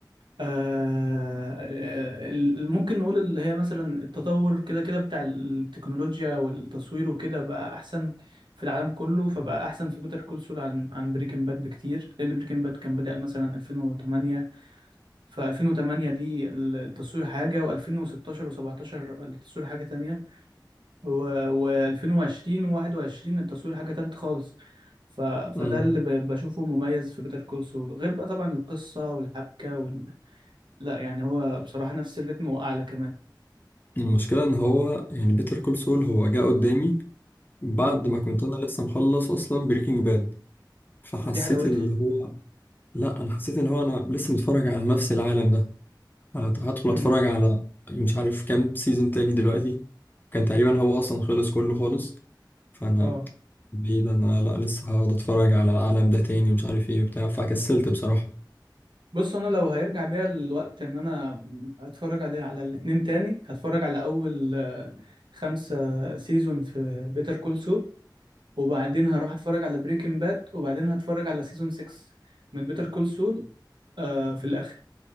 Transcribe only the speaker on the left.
مم.
المشكله ان هو يعني بيتر كول سول هو جه قدامي بعد
ما كنت انا لسه مخلص اصلا بريكنج باد فحسيت
اللي هو لا انا حسيت ان هو انا لسه متفرج على نفس العالم ده هت- هدخل
اتفرج على مش عارف كام سيزون تاني دلوقتي كان تقريبا هو اصلا خلص كله خالص فانا
بعيد انا لا لسه هقعد اتفرج على العالم ده تاني ومش عارف ايه وبتاع فكسلت بصراحه